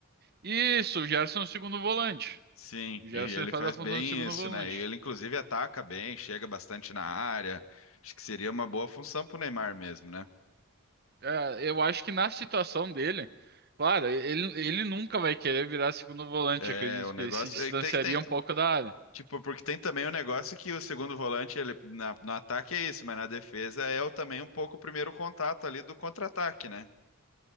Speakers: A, on the right (about 45°); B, on the left (about 75°).
A: Isso, o Gerson é o segundo volante.
B: Sim,
A: O Gerson
B: e ele
A: faz
B: faz
A: a função
B: bem
A: de segundo
B: isso,
A: volante.
B: né? E ele inclusive ataca bem, chega bastante na área. Acho que seria uma boa função pro Neymar mesmo, né?
A: É, eu acho que na situação dele, claro, ele, ele nunca vai querer virar segundo volante,
B: É,
A: acredito,
B: o
A: porque
B: negócio
A: ele se distanciaria
B: é, tem que tem,
A: um pouco da área.
B: tipo, porque tem também o negócio que o segundo volante, ele na- no ataque é isso, mas na defesa é o, também um pouco o primeiro contato ali do contra-ataque, né?